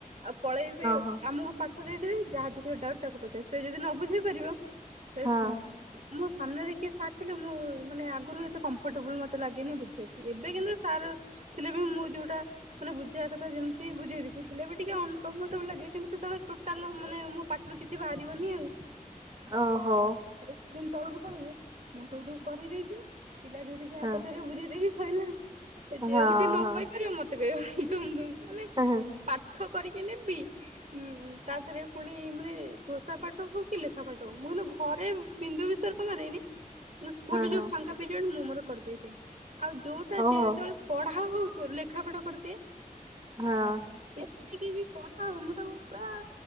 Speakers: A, on the right; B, on the right.
A: ଆଉ ପଳେଇବେ
B: ହଁ
A: ଆମକୁ ତାକୁ ଦେଇଦେବେ ଯାହା ଯେତେକ ଡାଉଟ ତାକୁ ପଚାରିବ ଯଦି ସେ ନ ବୁଝେଇ ପାରିବ। <unintelligible>
B: ହଁ ହଁ
A: ମୁଁ ସାମ୍ନାରେ କିଏ ସାର୍ ଥିଲେ ମୁଁ ମାନେ ଆଗରୁ ଏତେ କମ୍ଫର୍ଟେବୁଲ ମତେ ଲାଗେନି ବୁଝେଇବାକୁ ଏବେ କିନ୍ତୁ ସାର୍ ଥିଲେ। ମୁଁ ଯୋଉଟା ମାନେ ବୁଝେଇବାକଥା ଯେମିତି ବୁଝେଇ ଦେବି ହେଲେ ବି ଟିକେ ଅନକମ୍ଫର୍ଟେବଲ ଲାଗେ କିନ୍ତୁ ବେଳେ ଟୋଟାଲ ମାନେ ମୋ ପାଟରୁ କିଛି ବାହାରିବନି ଆଉ।
B: ଓହୋ।
A: ତାଲେ ସେଦିନ ତଳକୁ ପଳେଇବେ ମୁଁ ସବୁଠୁ କରିଦେଇଥିବି ପିଲା ଯୋଉଠି ଯାହା
B: ହଁ
A: ପଚାରିବେ ବୁଝେଇଦେଇବି। କହିଲା ସେ ଯୋଉଠି
B: ହଁ
A: ନ
B: ହଁ।
A: କହିପାରିବ ମତେ କହିବା ତମ ମାନେ
B: ହଁ
A: ପାଠ କରିକି ନେବି ଉଁ ତା ଦେହରେ ପୁଣି ମାନେ ପୁଣି ସା ପାଠ ହଉ କି ଲେଖାପାଠ ହଉ ମୁଁ କହେଲେ ଘରେ ବିନ୍ଦୁ ବିସର୍ଗ ମାରେନି। ସ୍କୁଲ
B: ହଁ
A: ଯୋଉ ଫାଙ୍କା ପିରିଅଡ ମୁଁ ମୋର କରିଦେଇଥାଏ ଆଉ ଯୋଉଟା ଯେତେବେଳେ
B: ହଁ ଓହୋ
A: ପଢା ହଉ ଲେଖା ପଢା କରିଦିଏ।
B: ହଁ।
A: ଯେତିକି ବି ପଢା ମୁଁ ତାକୁ ପୁରା